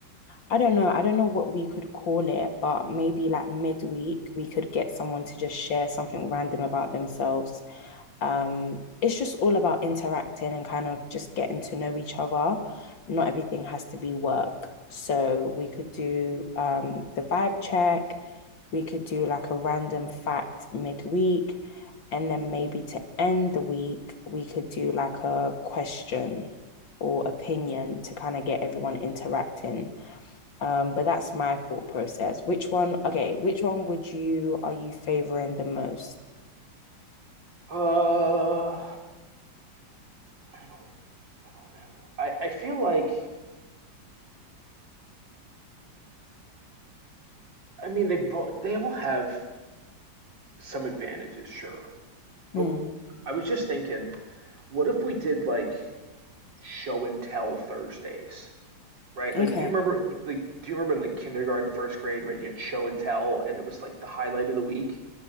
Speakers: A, on the left (about 75°); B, on the right (about 70°).
A: I don't know. I don't know what we could call it, but maybe like midweek, we could get someone to just share something random about themselves. Um, it's just all about interacting and kind of just getting to know each other. Not everything has to be work. So we could do um, the vibe check, we could do like a random fact midweek. And then maybe to end the week, we could do like a question or opinion to kind of get everyone interacting. Um, but that's my thought process. Which one, okay, which one would you, are you favoring the most?
B: Uh, I don't I don't know. I I feel like I mean they both they all have some advantages, sure.
A: Hmm.
B: But I was just thinking, what if we did like show and tell Thursdays, right?
A: Okay.
B: Like, do you remember like do you remember in like kindergarten, first grade, right? You had show and tell, and it was like the highlight of the week.